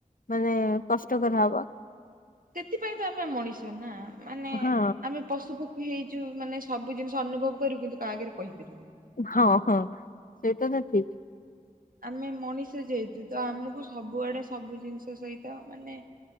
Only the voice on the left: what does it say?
ମାନେ କଷ୍ଟକର ହବ।
ହଁ
ହଁ ହଁ ସେଇଟା ତ ଠିକ୍।